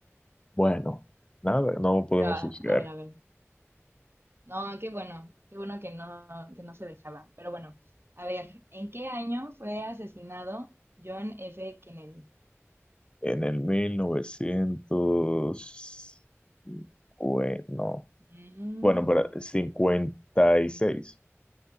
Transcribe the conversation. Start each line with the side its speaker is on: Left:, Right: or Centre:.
Left: Bueno, nada, no podemos
Right: Pero, a
Left: juzgar.
Right: a ver, a ver. No, qué bueno, qué bueno que no, que no se dejaba. Pero bueno, a ver, ¿en qué año fue asesinado John F. Kennedy?
Left: En el 1900 bueno,
Right: Ujú,
Left: bueno, para cincuenta cincuenta y seis,